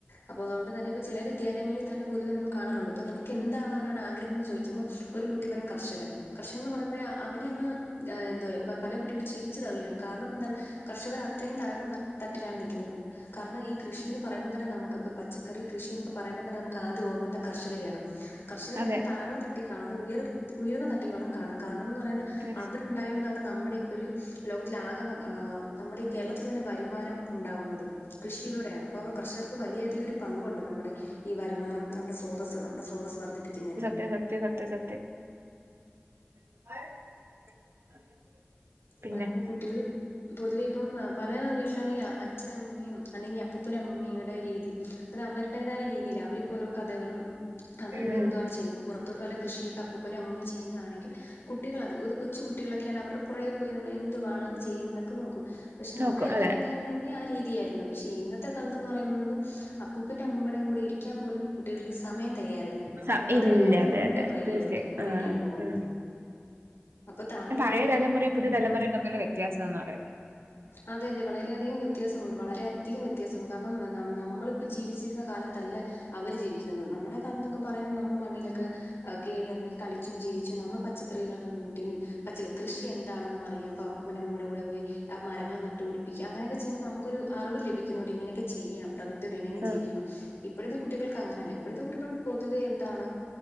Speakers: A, on the left; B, on the right.
A: അപ്പൊ അതുകൊണ്ട് തന്നെ ഇപ്പൊ ചില വിദ്യാലയങ്ങളിൽ തന്നെ പൊതുവെ നമ്മൾ കാണാറുണ്ട് ഇപ്പൊ നിനക്ക് എന്താവാനണ് ആഗ്രഹം എന്ന് ചോദിക്കുമ്പോ ഒരു കുട്ടി പറിം കർഷകൻ കർഷകൻ ന്ന് പറിമ്പഴെ അ അവനെയങ്ങ് അ് ന്തുവാ പ പല കുട്ടികളും ചിരിച്ച് തള്ളുകയാണ് കാര്ണംന്താണ് കർഷകർ അത്രിം താഴ്ന്ന തട് തട്ടിലാണ് നിക്യുന്നത് കാർണം ഈ കൃഷീന്ന് പറയുമ്പതന്നെ നമക്ക്പ്പൊ പച്ചക്കറി കൃഷിനൊക്കെ പറീമ്പംതന്നെ നമ്ക്ക് ആദ്യ ഓർമ്മന്ത കർഷകരെയാണ് കർഷകരെയങ്ങനെ
B: അതെ
A: താഴ്ന്നതട്ടി കാണാദ് ഉയർത്തി ഉയർന്നതട്ടിവേണം കാണം കാര്ണംന്ന് പറയുന്നെ
B: തീർച്ച
A: അവർ ഉണ്ടായോണ്ടതാണ് നമ്മടെ ഇപ്പൊരു ലോകത്തിലെ ആക പം ആഹ് നമ്ടെ കേരളത്തിൽ തന്നെ വര്മാനം ഉണ്ടാവുന്നത് കൃഷിലൂടെയാണ് അപ്പോ കർഷകർക്ക് വലിയ അധികം ഒര് പങ്കുണ്ട് നമ്മടെ ഈ വര്മാനം നമ്മുടെ സ്രോതസ് നമ്മുടെ സ്രോതസ് വർദ്ധിപ്പിക്യുന്നേന്
B: സത്യ സത്യ സത്യ <unintelligible> പിന്നെ
A: പലർക്കും കുട്ടികള് പൊതുവെ ഇപ്പം പല വീട്ടിലാണെങ്കി അച്ഛനമ്മിയും അല്ലെങ്കി അപ്പൂപ്പനമ്മൂമി ങ്ങടെ രീതി അതഅവര്ടേതായ രീതില് അവരിപ്പോ ഓരോ കഥകളും അവരിദ്യൊ
B: ഉം
A: ന്ത്യുവാണ് ചെയ്യു പുറത്തോട്ട് വല്ല കൃഷിയൊക്കെ അപ്പൂപ്പനും അമ്മുമിം ചെയ്യു ന്ന്യാണെങ്കിൽ കുട്ടികൾ അത് ഒദു കൊച്ച് കുട്ടികളെ ക്കെനവർപുറേ പോയി നമ്മൾ എന്തു വാണ് ചെയ്യുന്ന്ന്നൊക്കെ നോക്കും പക്ഷെ നമ്മടെ
B: നോക്കും അതെ
A: കാലത്തായ്ന്നെങ്കി ഈആഹ് രീതിയായ്രുന്നു പക്ഷെ ഇന്നത്തെ കാലത്ത്ന്ന് പറയുന്നത് അപ്പൂപ്പൻ്റെ അമ്മുമ്മടെം കൂടെ ഇരി ക്യാൻ പോലും കുട്ടിൾക്ക് സമയം തയ്യാറില്ല
B: സ
A: അവരെല്ലാംഫോണിന്റെ
B: ഇല്ല അതെ അതെ അതെ
A: പുറകിലോട്ട്
B: തീർച്ചയായും
A: പുറകിലാണ്പോവുന്നത്
B: ആ ഉം
A: അപ്പൊതാങ്കൾ
B: പഴേതലമുറിം പുതിയതലമുറിം തമ്മീൽള്ള വ്യത്യാസാന്ന്പറിം
A: അതെഅതെ വളരെയധികംവ്യത്യാസമുണ്ട് വളരെയദ്ധികം വ്യത്യാസണ്ട് കാര്ണം നമ് നമ്മളിപ്പജീവിച്ചിര്ന്നകാലത്തല്ല അവര്ജീവിക്യുന്നത് നമ്മടെകാലംന്നൊ കു പറയുന്നമ്മള്മണ്ണിലൊക്കെ അ് കേറിയറങ്ങി കളിച്ചുംചിരിച്ചും നമ്മൾ പച്ചക്കറികളൊക്കെകൂട്ടിയും പച്ചഹ് കൃഷിഎന്താണെന്നുഅറിയാം പ്പപ്പുപ്പനമ്മുമ്മടെ കൂടെപോയി ആ മരങ്ങള്നട്ടുപിടിപ്പി ചെ അങ്ങനെക്കെചെയ്മോ നമ്ക്കൊരുഅറിവ് ലഭിക്യുന്നുണ്ട് ഇങ്ങനൊക്കെ ചിയ്യാംപ്രകൃത്യോട് ഇണങ്ങി
B: ഉം.
A: ജീവിക്കണം ഇപ്പഴത്തെ കുട്ടികൾക്ക് അങ്ങനെല്ലെ ഇപ്പോഴത്തെ കുട്ടികൾക്ക് പൊതുവേഎന്താണ്